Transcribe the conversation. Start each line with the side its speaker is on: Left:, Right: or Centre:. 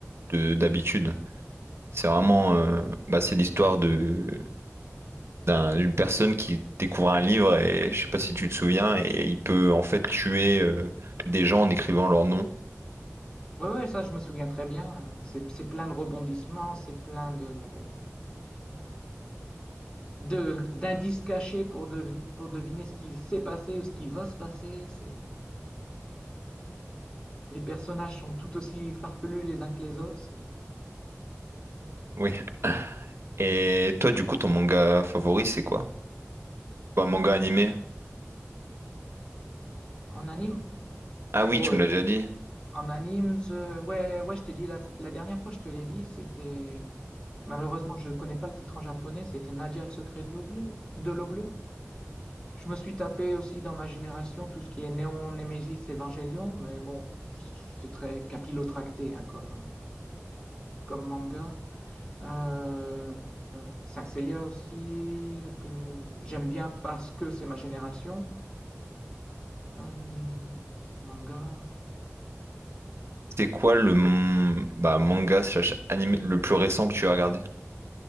Right: de d'habitude. C'est vraiment, euh, bah, c'est l'histoire de d'un- d'une personne qui découvre un livre et je sais pas si tu te souviens et il peut en fait tuer euh, des gens en écrivant leur nom.
Left: Ouais, ouais, ça je me souviens très bien. C'est, c'est plein de rebondissements, c'est plein de, de, d'indices cachés pour, devin- pour deviner ce qui s'est passé ou ce qui va se passer. C'est, les personnages sont tout aussi farfelus les uns que les autres. C'est,
Right: Oui. Et toi, du coup, ton manga favori, c'est quoi? Ou Un manga animé?
Left: en anime.
Right: Ah oui,
Left: Bon,
Right: tu me l'as déjà dit.
Left: En anime, je... ouais, ouais, je t'ai dit la, la dernière fois, je te l'ai dit, c'était malheureusement, je connais pas le titre en japonais, c'était Nadia le secret de l'eau bleue, de l'eau bleue. Je me suis tapé aussi dans ma génération tout ce qui est Néon, Nemesis, Evangelion, mais bon, c'est très capillotracté hein, comme, comme manga. Euh, Saint Seiya aussi, que j'aime bien parce que c'est ma génération. Euh, manga.
Right: C'est quoi le m- bah, manga slash anime le plus récent que tu as regardé?